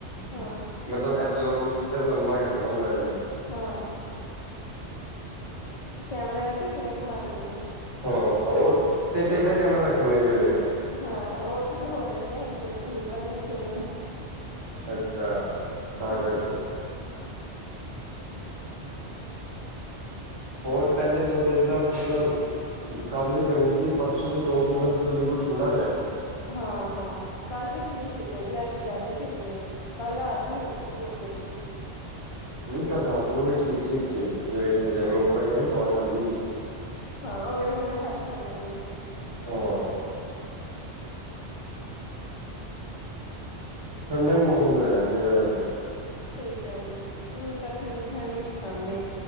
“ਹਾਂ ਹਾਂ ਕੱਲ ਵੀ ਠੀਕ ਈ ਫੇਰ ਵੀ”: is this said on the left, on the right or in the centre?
Left